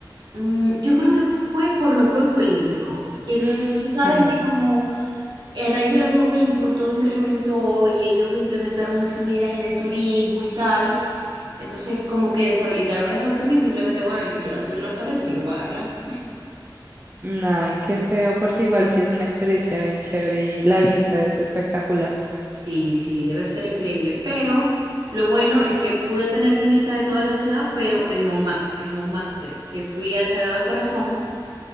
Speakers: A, on the right (about 65°); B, on the right (about 25°).
A: Mm, yo creo que fue por los Juegos Olímpicos, que c-
B: Mm,
A: tú sabes
B: también.
A: que como... A raíz de los Juegos Olímpicos todo incrementó y ellos implementaron muchas medidas en el turismo y tal. Entonces, como que deshabilitaron esa opción y simplemente, bueno, el que quiera subir la torre tiene que pagarla.
B: Ay, qué feo, porque igual sí es una experiencia bien chévere y la vista es espectacular.
A: Sí, sí, debe ser increíble. Pero lo bueno es que pude tener mi vista de toda la ciudad, pero en Montmartre, en Montmartre, que fui al Sagrado Corazón